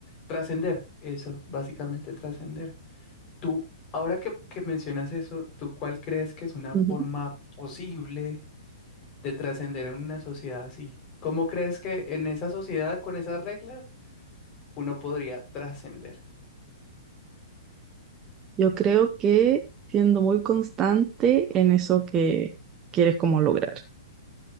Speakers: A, on the left; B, on the right.
A: trascender, eso, básicamente trascender. Tú, ahora que, que mencionas eso, ¿tú cuál crees que es una forma
B: ujú.
A: posible de trascender en una sociedad así? ¿Cómo crees que en esa sociedad, con esas reglas, uno podría trascender?
B: Yo creo que siendo muy constante en eso que quieres como lograr.